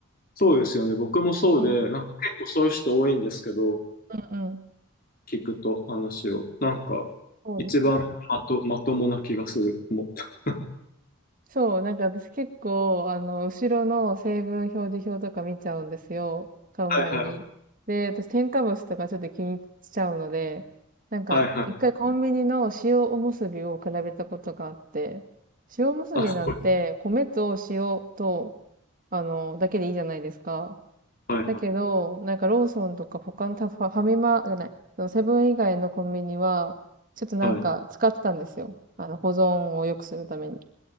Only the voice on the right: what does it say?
うん。うん
うん。
そうですね。
そう、なんか私結構、あの、後ろの成分表示表とか見ちゃうんですよ。買う前に。
で、私添加物とかちょっと気にしちゃうので、なんか、
一回コンビニの塩おむすびを比べたことがあって、塩おむすびなんて、
米と塩と、あの、だけでいいじゃないですか。
だけど、なんかローソンとか他のたファファミマじゃない、そのセブン以外のコンビニは、ちょっとなんか使ってたんですよ。
あの、保存を良くするために。